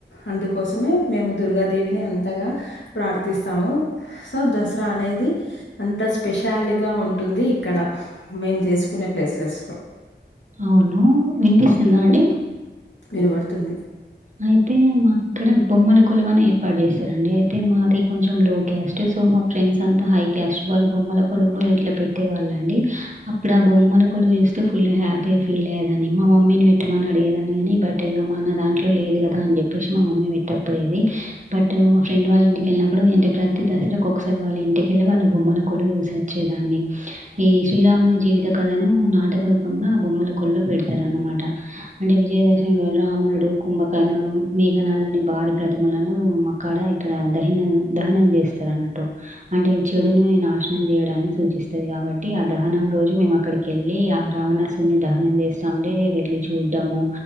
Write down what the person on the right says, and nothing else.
అవును వినిపిస్తుందా అండి
అయితే మా ఇక్కడ బొమ్మల కొలువని ఏర్పాటు చేస్తారండి అయితే మాది కొంచెం లో గ్యాస్ట్ సో మా ఫ్రెండ్స్ అంతా హై కస్ట్ వాళ్ళు బొమ్మల కొలులు ఇట్లా పెట్టేవాళ్ళ అండి అప్పుడు ఆ బొమ్మ ళ్ళ చూస్తే ఫుల్ హ్యాపీగా ఫీల్ అయ్యదాని మా మమ్మీని పెట్టమని అడిగేదా అని బట్మాన్న దాంలో లేదు కదా అని చెప్పేసి మా మమ్మీ పెట్టపోయేది బట్ మా ఫ్రెండ్ వాళ్ళ ఇంటికెళ్ళినప్పుడు అంటే ప్రతి ద ర ఒకక్కసారి వాళ్ళ ఇంటికిెళ్ళి వాళ్ళ బొమ్మల కొలు యూసిొచ్చే దాన్ని ఈ శ్రీరాముని జీవిత కథను నాటక రూపంలో ఆ బొమ్మల కొళ్ళల్లో పెడతారన్నమాట అంటే విజయదశమి రోజు రామునుడు కుంభకర్ణుడు మే నాథుని భార ప్రతిమలను మాక్కడ ఇక్కడ దహ దహనం చేస్తారు అన్నట్టు అంటే ఈ చెడును నాశనం చేయడాన్ని సూచిస్తుది కాబట్టి ఆ దహనం రోజు మేము అక్కడికి వెళ్ళి ఆ రావణా ని దహనం చేస్తా ఉంటే వెళ్ళి చూడము